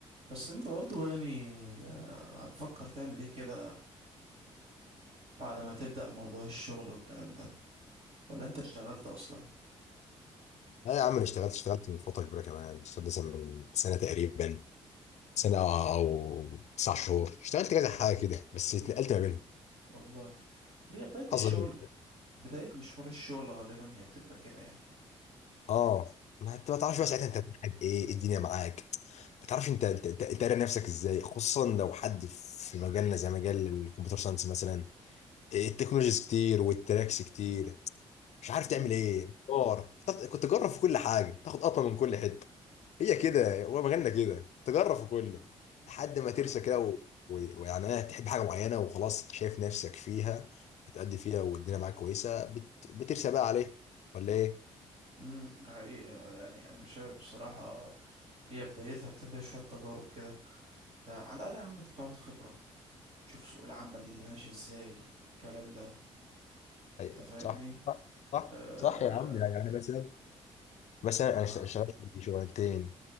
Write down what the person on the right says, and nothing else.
بس انت برضو يعني آه، هتفكر تعمل ايه كده بعد ما تبدأ موضوع الشغل والكلام ده ولا انت اشتغلت اصلا
والله هي بداية الشغل
بداية مشوار الشغل غالبا هي بتبقى كده يعني
يعني-
مم.
آه،
مم. ده حقيقة يعني أنا شايف بصراحة هي بدايتها بتبقى شوية تجارب كده ده على الأقل يا عم أنت بتاخد خبرة تشوف سوق العمل اللي ماشي إزاي الكلام ده
أنت فاهمني؟
آه
آه,